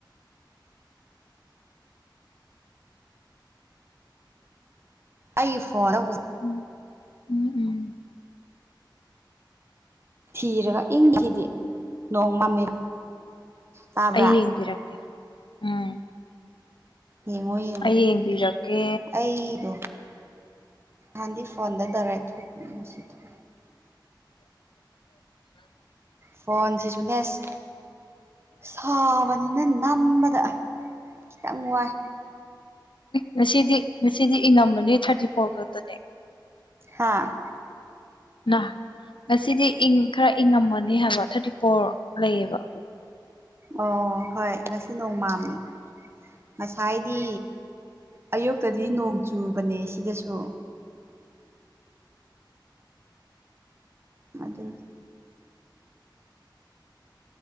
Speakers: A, on the right (about 30°); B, on the left (about 85°).
A: ꯑꯩ ꯐꯣꯔ
B: ꯎꯝ ꯎꯝ ꯎꯝ
A: ꯊꯤꯔꯒ ꯏꯪꯈꯤꯁꯤꯗꯤ ꯅꯣꯡ ꯃꯝꯃꯦ ꯇꯥꯕ꯭ꯔꯥ
B: ꯑꯩ ꯌꯦꯡꯕꯤꯔꯛꯇꯦ ꯎꯝ
A: ꯌꯦꯡꯉꯣ ꯌꯦꯡꯉꯣ
B: ꯑꯩ ꯌꯦꯡꯕꯤꯔꯛꯀꯦ
A: ꯑꯩꯗꯣ ꯑꯗꯤ ꯐꯣꯟꯗ ꯔꯥꯏ ꯊꯣꯛ ꯃꯁꯤꯁꯤ ꯊꯣꯛ
B: <unintelligible>
A: ꯐꯣꯟꯁꯤ ꯁꯨꯅꯦꯁ ꯁꯥꯕꯅꯤꯅ ꯅꯝꯕꯗ ꯈꯤꯇꯪ ꯋꯥꯏ
B: ꯉꯁꯤꯗꯤ ꯉꯁꯤꯗꯤ ꯏꯉꯃꯅꯤ ꯊꯥꯔꯇꯤ ꯐꯣꯔ ꯈꯛꯇꯅꯦ
A: ꯍꯥꯥ
B: <unintelligible> ꯉꯁꯤꯗꯤ ꯏꯪ ꯈꯔ ꯏꯪꯑꯝꯃꯅꯤ ꯍꯥꯏꯕ ꯊꯥꯔꯇꯤ ꯐꯣꯔ ꯂꯩꯌꯦꯕ
A: ꯑꯣ ꯍꯣꯏ ꯉꯁꯤ ꯅꯣꯡꯃꯝꯅꯤ ꯉꯁꯥꯏꯗꯤ ꯑꯌꯨꯛꯇꯗꯤ ꯅꯣꯡ ꯆꯨꯕꯅꯦ ꯁꯤꯗꯁꯨ ꯑꯗ